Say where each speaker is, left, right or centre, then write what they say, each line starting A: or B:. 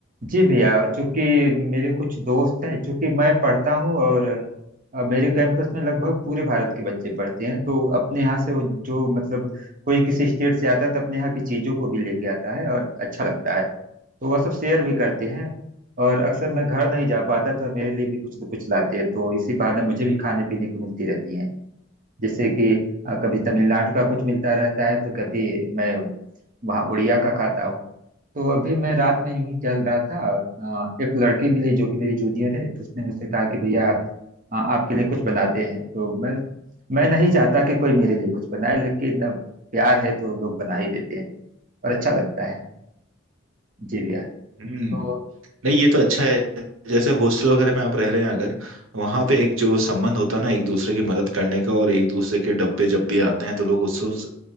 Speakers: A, on the right; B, on the right.
A: जी भैया चूंकि मेरे कुछ दोस्त हैं चूंकि मैं पढ़ता हूँ और अ, मेरे कैंपस में लगभग पूरे भारत के बच्चे पढ़ते हैं तो अपने यहाँ से वो जो मतलब कोई किसी स्टेट से आता है तो अपने यहाँ की चीज़ों को भी लेके आता है और अच्छा लगता है तो वह सब शेयर भी करते हैं और अक्सर मैं घर नहीं जा पाता तो मेरे लिए भी कुछ न कुछ लाते हैं तो इसी बहाने मुझे भी खाने पीने को मिलती रहती है जैसे कि अ, कभी तमिलनाडु का कुछ मिलता रहता है तो कभी मैं वहाँ उड़िया का खाता हूँ तो अभी मैं रात में यूं ही चल रहा था अ, एक लड़की मिली जो कि मेरी जूनियर है तो उसने मुझसे कहा कि भैया अ, आपके लिए कुछ बनाते हैं तो मैं मैं नहीं चाहता कि कोई मेरे लिए कुछ बनाए लेकिन अब प्यार है तो लोग बना ही देते हैं और अच्छा लगता है जी भैया
B: हम्म
A: तो
B: नहीं ये तो अच्छा है जैसे हॉस्टल वगैरह में आप रह रहे हैं अगर वहां पे एक जो संबंध होता है ना एक दूसरे की मदद करने का और एक दूसरे के डब्बे जब भी आते हैं तो लोग उससे